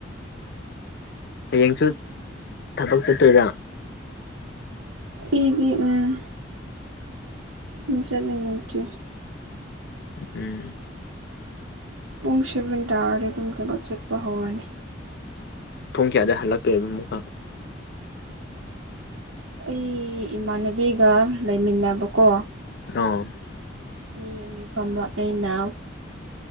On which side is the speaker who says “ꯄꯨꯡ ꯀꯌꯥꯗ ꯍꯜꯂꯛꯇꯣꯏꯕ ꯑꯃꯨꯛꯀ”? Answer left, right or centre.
Left